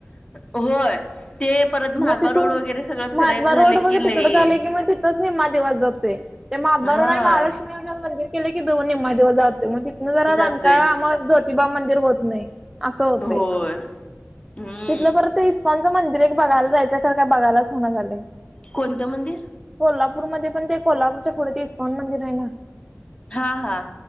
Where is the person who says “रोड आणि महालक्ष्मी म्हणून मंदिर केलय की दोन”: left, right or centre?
Centre